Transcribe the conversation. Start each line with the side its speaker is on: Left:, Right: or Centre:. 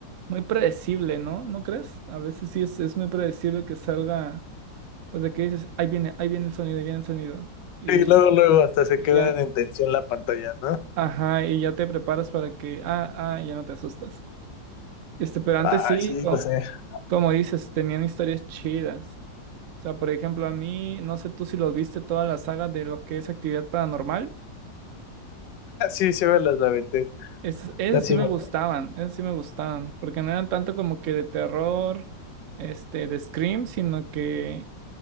Right: muy predecible, ¿no? ¿No crees? A veces sí es, es muy predecible que salga. Pues de que dices, ahí viene, ahí viene el sonido, ahí viene el sonido. Y,
Left: Sí, luego, luego hasta se
Right: y
Left: quedan
Right: ya,
Left: en tensión la pantalla, ¿no?
Right: ajá, y ya te preparas para que, ah, ah, ya no te asustas. Este, pero antes
Left: Ay,
Right: sí,
Left: sí,
Right: co-
Left: lo sé. <laughs>
Right: como, dices, tenían historias chidas. O sea, por ejemplo, a mí, no sé tú si los viste toda la saga de lo que es actividad paranormal.
Left: Sí, sí me las aventé.
Right: Esas, esas
Left: Ya sí,
Right: sí me
Left: me-
Right: gustaban, esas sí me gustaban, porque no eran tanto como que de terror, este, de Scream, sino que